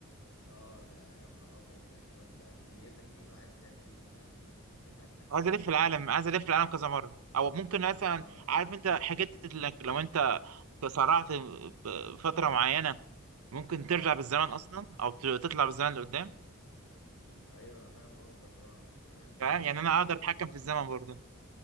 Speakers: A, on the left; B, on the right.
A: آه ده يا نهار أبيض ده كده أنت <laughs> نيتك إيه بقى عايز تعمل إيه بالله عليك <laughs>
B: عايز الف العالم عايز الف العالم كذا مره او ممكن مثلا
A: اه
B: عارف انت حاجات انك لو انت تسرعت فتره معينه ممكن
A: اه
B: ترجع بالزمن اصلا او ت- تطلع بالزمن لقدام
A: ايوه انا فاهم قصدك اه انا كنت
B: فاهم
A: لسه
B: يعني
A: اقول
B: انا
A: لك مثلا
B: اقدر اتحكم في الزمن برضه